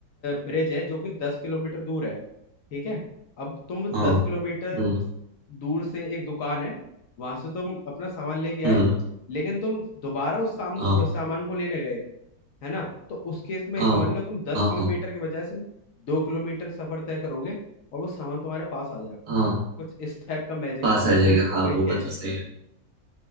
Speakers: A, on the left; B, on the right.
A: ब्रिज है जो कि दस किलोमीटर दूर है ठीक है अब तुम
B: हाँ
A: दस किलोमीटर
B: हम्म
A: दूर से एक दुकान है वहां से तुम अपना सामान लेके आए
B: हम्म
A: लेकिन तुम दोबारा उस साम,
B: हाँ
A: सामान को लेने गए है ना तो उस केस में
B: हाँ
A: ये समझ लो तुम दस
B: हाँ
A: किलोमीटर
B: हाँ
A: के बजाय सिर्फ दो किलोमीटर सफर तय करोगे और वो सामान तुम्हारे पास आ जाएगा
B: हाँ
A: कुछ इस टाइप का मैजिक
B: पास
A: है
B: आ
A: वो
B: जाएगा हाँ
A: वही
B: वो
A: कैश
B: बात तो सही
A: है
B: है